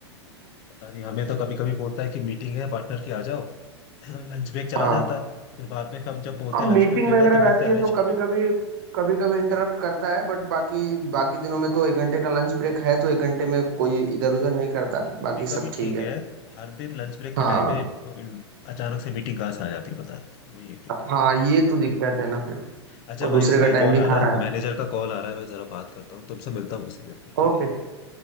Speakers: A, on the left; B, on the right.
A: पता नहीं हमें तो कभी कभी बोलता है कि मीटिंग है पार्टनर की आ जाओ लंच ब्रेक चला
B: हाँ
A: जाता है फिर बाद में हम जब बोलते
B: हाँ
A: हैं लंच
B: मीटिंग
A: ब्रेक लेना
B: वगैरह
A: है तो
B: रहती
A: बोलते हैं
B: है
A: अरे
B: तो
A: छोड़ो
B: कभी कभी कभी कभी इंटरप्ट करता है बट बाकी बाकी दिनों में तो एक घंटे का लंच ब्रेक है तो एक घंटे में कोई इधर उधर नहीं करता
A: कभी
B: बाकी
A: कभी
B: सब ठीक
A: ठीक
B: है
A: है हर दिन लंच ब्रेक के
B: हाँ
A: टाइम पे वो इन- अचानक से मीटिंग कहाँ से आ जाती है बता वही एक दिक्कत
B: हाँ
A: है
B: ये तो दिक्कत है ना फिर
A: अच्छा
B: और
A: भाई
B: दूसरे
A: उसका
B: का
A: ही
B: टाइम
A: कॉल
B: भी
A: आ
B: खा
A: रहा है
B: रहा है
A: मैनेजर का कॉल आ रहा है मैं जरा बात करता हूँ तुमसे मिलता हूँ उसी दिन पर ठीक
B: ओके
A: है
B: Okay